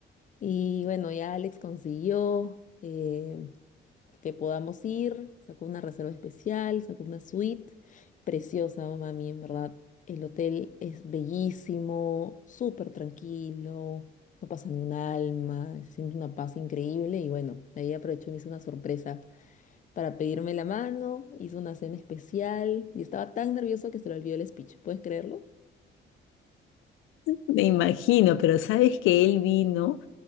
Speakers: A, on the left (about 40°); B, on the left (about 85°).
A: Y bueno, ya Alex consiguió, eh, que podamos ir. Sacó una reserva especial, sacó una suite preciosa, mami, en verdad. El hotel es bellísimo, súper tranquilo, no pasa ni un alma, se siente una paz increíble y bueno, ahí aprovechó y me hizo una sorpresa para pedirme la mano, hizo una cena especial y estaba tan nervioso que se le olvidó el speech, ¿puedes creerlo?
B: Me imagino, pero sabes que él vino.